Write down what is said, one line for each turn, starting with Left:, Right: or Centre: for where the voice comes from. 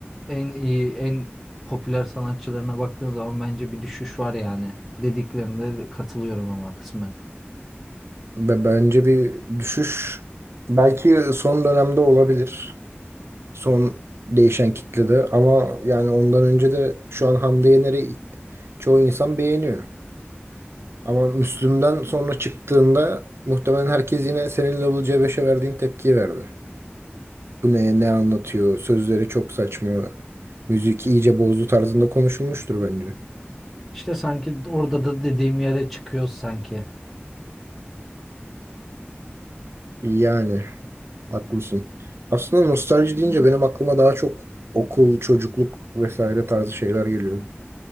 Centre: en iyi, en popüler sanatçılarına baktığın zaman bence bir düşüş var yani. Dediklerinde de katılıyorum ama kısmen.
Right: be- bence bir düşüş belki son dönemde olabilir. Son değişen kitlede ama yani ondan önce de şu an Hande Yener'i çoğu insan beğeniyor. Ama Müslüm'den sonra çıktığında muhtemelen herkes yine senin Level C5'e verdiğin tepkiyi verdi. Bu ne, ne anlatıyor? Sözleri çok saçma. Müzik iyice bozdu tarzında konuşulmuştur bence.
Centre: İşte sanki orada da dediğim yere çıkıyoruz sanki.
Right: Yani haklısın. Aslında nostalji deyince benim aklıma daha çok okul, çocukluk vesaire tarzı şeyler geliyor.